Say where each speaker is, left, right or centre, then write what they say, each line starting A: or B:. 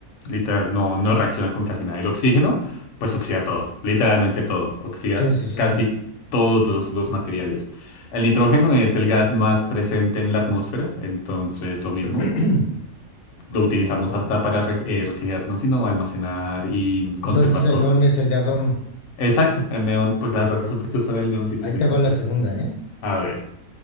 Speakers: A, on the left; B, on the left.
A: Literal, no, no reacciona con casi nada. El oxígeno, pues oxida todo, literalmente todo. Oxida
B: Sí, sí, sí.
A: casi todos los materiales. El nitrógeno es el gas más presente en la atmósfera, entonces lo mismo.
B: <clears throat>
A: Lo utilizamos
B: No.
A: hasta para ref- eh, refrigerarnos, sino almacenar y conservar
B: Entonces
A: cosas.
B: el neón es el de adorno.
A: Exacto, el neón, pues
B: Perfecto.
A: la verdad no sé por qué usar el neón si te
B: Ahí
A: soy
B: te
A: sincero.
B: va la segunda, ¿eh?
A: A ver.